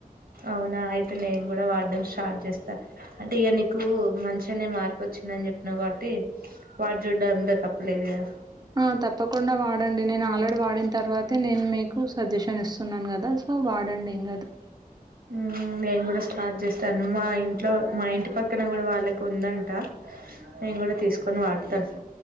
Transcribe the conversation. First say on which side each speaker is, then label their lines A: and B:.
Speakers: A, on the right; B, on the right.
A: ఔనా ఐతె నేన్ గుడా స్టార్ట్ చేస్తా అంటే ఇగ నీకు మంచినే మార్ ఒచ్చిందని చెప్పినవ్ గాబట్టి వాటి చూడంలో తప్పులేదు గద
B: ఆ తప్పకుండ వాడండి నేను ఆల్రెడీ వాడిన తర్వాతే నేన్ మీకు సజెషన్ ఇస్తున్నాను గదా పూ వాడండి ఏం గదు
A: ఉమ్ నేన్ గుడా స్టార్ట్ చేస్తాను మా ఇంట్లో మ ఇంటి పక్కన గుడా వాళ్ళకి ఉందంట నేన్ గుడా తీస్కొని వాడతాను